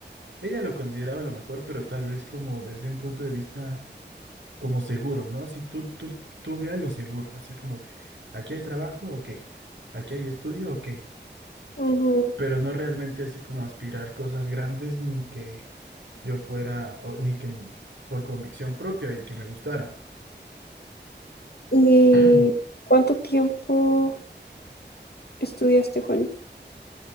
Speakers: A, on the right (about 80°); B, on the left (about 60°).
A: Ella lo consideraba lo mejor, pero tal vez como desde un punto de vista como seguro, ¿no? Así tú, tú, tú veas lo seguro, así como que aquí hay trabajo, ok, aquí hay estudio, ok,
B: Ujú.
A: pero no realmente así como aspirar cosas grandes ni que yo fuera, o, ni que m- por convicción propia y que me gustara.
B: ¿Y
A: <clears throat>
B: cuánto tiempo estudiaste, Juani?